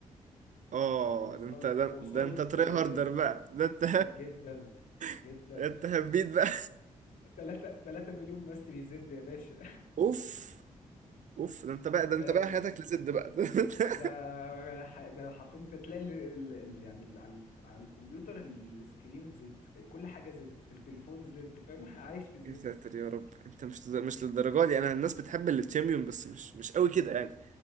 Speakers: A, on the right; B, on the left.
A: <laughs> اه
B: يعني وصلت
A: ده انت ده,
B: وصلت
A: ده انت تري
B: آه،
A: هاردر بقى ده انت
B: يا جدا جدا
A: <laughs> ده انت هبيت بقى
B: 3 3 مليون ماستري زد يا باشا
A: <laughs> اوف اوف ده انت بقى ده
B: <laughs>
A: انت
B: فاهم
A: بقى حياتك لزد بقى <laughs>
B: ده ح- ده حرفيا انت تلاقي ال... ال... ال... يعني ال... على... على الكمبيوتر السكرين زد كل حاجه زد التليفون زد فاهم <laughs> عايش في زد
A: يا ساتر يا رب انت مش مش للدرجه دي انا الناس بتحب التشامبيون بس مش مش قوي كده يعني